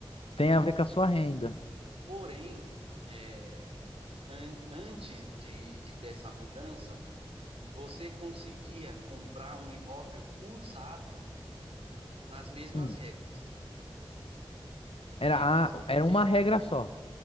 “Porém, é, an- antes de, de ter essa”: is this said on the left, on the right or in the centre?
Right